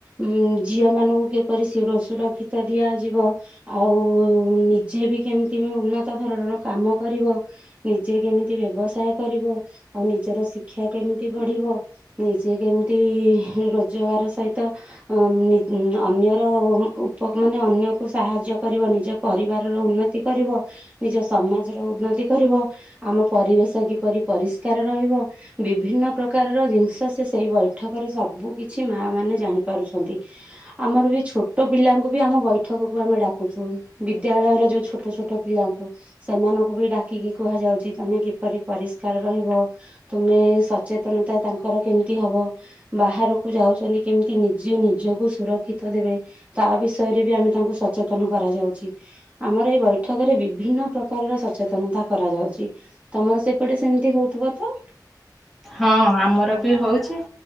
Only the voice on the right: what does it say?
ଉଁ ଝିଅ ମାନଙ୍କୁ କିପରି ଶିରୋ ସୁରକ୍ଷି ତ ଦିଆଯିବ ଆଉ ଉଁ ନିଜେ ବି କେମିତି ଉନ୍ନତ ଧରଣର କାମ କରିବ ନିଜେ କେମିତି ବ୍ୟବସାୟ କରିବ ଆଉ ନିଜର ଶି କ୍ଷା କେମିତି ବଢିବ ନିଜେ କେମ୍ ତି ରୋଜଗାର ସହିତ ଅ ନିଦ୍ ଅନ୍ୟର ଉପକ୍ ମାନେ ଅନ୍ୟକୁ ସାହାଯ୍ୟ କରିବ ନିଜ ପରିବାର ର ଉନ୍ନତି କରିବ। ନିଜ ସମାଜର ଉନ୍ନତି କରିବ। ଆମ ପରିବେଶ କିପରି ପରିଷ୍କାର ରହିବ ବିଭିନ୍ନ ପ୍ରକ୍ କାରର ଜିନିଷ ସେ ସେଇ ବୈଠକରେ ସବୁ କିଛି ମା ମାନେ ଜାଣି ପାରୁଛନ୍ତି। ଆମର ବି ଛୋଟ ପିଲାଙ୍କୁ ବି ଆମ ବୈଠକକୁ ଆମେ ଡାକୁଚୁ। ବିଦ୍ୟାଳୟର ଯୋଉ ଛୋଟ ଛୋଟ ପିଲାଙ୍କୁ। ସେମାନଙ୍କୁ ବି ଡାକିକି କୁହାଯାଉଚ଼ି ତମେ କିପରି ପରିଷ୍କାର ରହିବ। ତୁମେ ସଚେତନ ତା ତାଙ୍କର କେମିତି ହବ ବାହାରକୁ ଯାଉଚ଼ନ୍ତି କେମିତି ନିଜେ ନିଜକୁ ସୁରକ୍ଷିତ ଦେବେ। ତା ବିଷୟରେ ବି ଆମେ ତାଙ୍କୁ ସଚେତନ କରାଯାଉଚି। ଆମର ଏଇ ବୈଠକ ରେ ବିଭିନ୍ନ ପ୍ରକାରର ସଚେତନତା କରାଯାଉଚି। ତମର ସେପଟେ ସେମିତି ହଉଥିବ ତ?